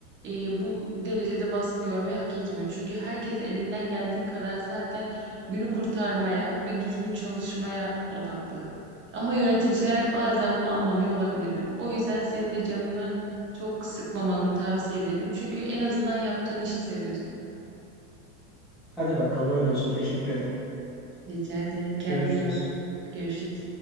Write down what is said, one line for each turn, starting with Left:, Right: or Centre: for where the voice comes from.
Right: e, bu derecede baskı görmeyi hak etmiyor. Çünkü herkes elinden geldiği kadar zaten günü kurtarmaya ve düzgün çalışmaya odaklı. Ama yöneticiler bazen bunu anlamıyor olabilirler. O yüzden senin de canını çok sıkmamanı tavsiye ederim. Çünkü en azından yaptığın işi seviyorsun.
Centre: Hadi bakalım öyle olsun. Teşekkür ederim.
Right: Rica ederim. Kendine
Centre: Görüşürüz.
Right: iyi bak. Görüşürüz.